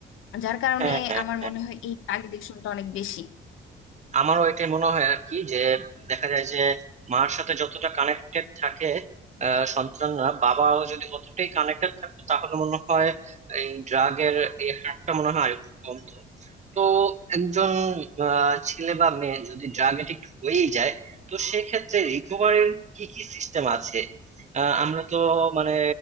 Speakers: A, on the left (about 85°); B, on the right (about 35°).
A: যার কারণে
B: হ্যাঁ
A: আমার
B: হ্যাঁ
A: মনে হয় এই টাগ এডিকশনটা অনেক বেশি
B: আমারও এটাই মনে হয় আর কি যে দেখা যায় যে মার সাথে যতটা কানেক্টেড থাকে আহ, সন্তানরা বাবাও যদি অতটাই কানেক্টেড থাকতো তাহলে মনে হয় এই ড্রাগের এই হারটা মনে হয় আরেকটু কমতো তো একজন আহ, ছেলে বা মেয়ে যদি ড্রাগ এডিক্ট হয়েই যায় তো সেক্ষেত্রে রিকভারির কি কি সিস্টেম আছে আহ, আমরা তো মানে